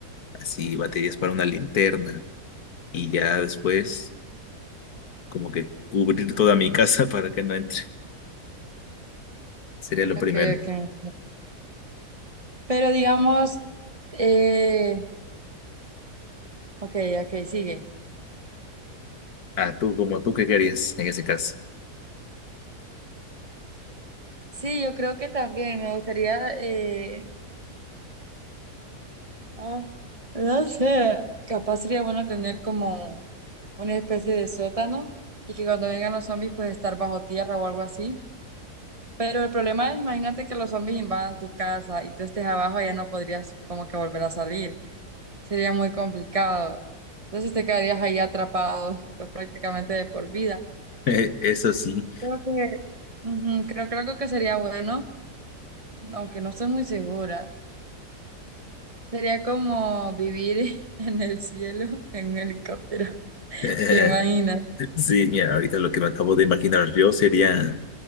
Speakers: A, on the left (about 65°); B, on the right (about 20°).
A: así baterías para una linterna, y ya después Como que cubrir toda mi casa <laughs> para que no entre. Sería lo
B: Ok,
A: primero.
B: ok. Pero digamos, eh, ok, ok, sigue.
A: Ah, tú, como tú, ¿qué querías en ese caso?
B: Sí, yo creo que también me gustaría, eh, ah, no sé, capaz sería bueno tener como una especie de sótano y que cuando vengan los zombies pues estar bajo tierra o algo así Pero el problema es, imagínate que los zombies invadan tu casa y tú estés abajo, ya no podrías como que volver a salir. Sería muy complicado. Entonces te quedarías ahí atrapado, pues prácticamente de por vida.
A: <laughs> Eso sí.
B: Creo que, Ujú, creo que algo que sería bueno, aunque no estoy muy segura, sería como vivir <laughs> en el cielo en un helicóptero. <laughs>
A: Eh,
B: ¿Te imaginas?
A: <laughs> sí, mira, ahorita lo que me acabo de imaginar yo sería